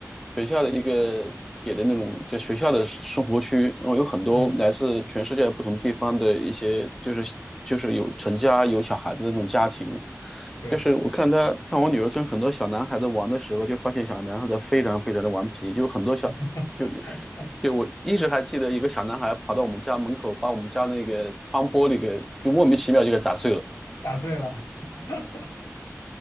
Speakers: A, in the centre; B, on the left.
A: 学校的一个给的那种就学校的生活区，然后有很多来自全世界不同地方的一些，
B: 嗯，
A: 就是就是有成家有小孩子的那种家庭。
B: 对，
A: 就是我看他看我女儿跟很多小男孩子玩的时候，就发现小男孩子非常非常的顽皮，就很多小就有
B: <laughs>
A: 就我一直还记得一个小男孩跑到我们家门口，把我们家那个窗玻璃给就莫名其妙就给砸碎了。
B: 砸碎了。<laughs>